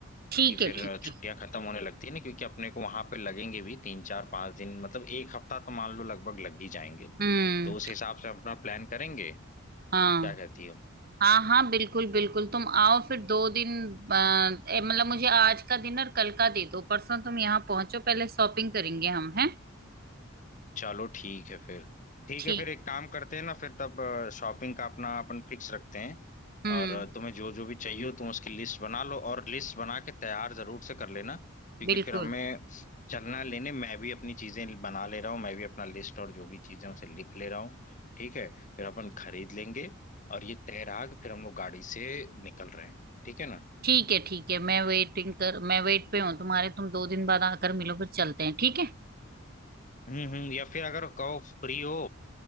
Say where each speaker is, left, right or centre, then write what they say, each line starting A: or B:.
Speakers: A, on the left; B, on the right.
A: क्योंकि
B: ठीक
A: फिर
B: है ठीक
A: छुट्टियां
B: है
A: खत्म होने लगती है ना क्योंकि अपने को वहां पे लगेंगे भी तीन चार पांच दिन मतलब एक हफ्ता तो मान लो लगभग लग ही जाएंगे
B: हम्म
A: तो उस हिसाब से अपना प्लान करेंगे
B: हाँ
A: क्या कहती हो
B: हाँ हाँ बिल्कुल बिल्कुल तुम आओ फिर दो दिन अ, ए, मतलब मुझे आज का दिन और कल का दे दो परसों तुम यहाँ पहुंचो पहले शॉपिंग करेंगे हम हैं
A: चलो ठीक है फिर ठीक
B: ठीक
A: है फिर एक काम करते हैं ना फिर तब शॉपिंग का अपना अपन फिक्स रखते हैं
B: हम्म
A: और अ, तुम्हें जो जो भी चाहिए हो तुम उसकी लिस्ट बना लो और लिस्ट बना के तैयार जरूर से कर लेना क्योंकि
B: बिल्कुल
A: फिर हमें चलना है लेने मैं भी अपनी चीजें बना ले रहा हूँ मैं भी अपना लिस्ट और जो भी चीजें हैं, उसे लिख ले रहा हूँ ठीक है फिर अपन खरीद लेंगे और ये तैराग फिर हम लोग गाड़ी से निकल रहे हैं ठीक है ना
B: ठीक है ठीक है मैं वेटिंग कर मैं वेट पे हूँ तुम्हारे तुम दो दिन बाद आकर मिलो फिर चलते हैं ठीक है
A: हम्म हम्म या फिर अगर कहो फ्री हो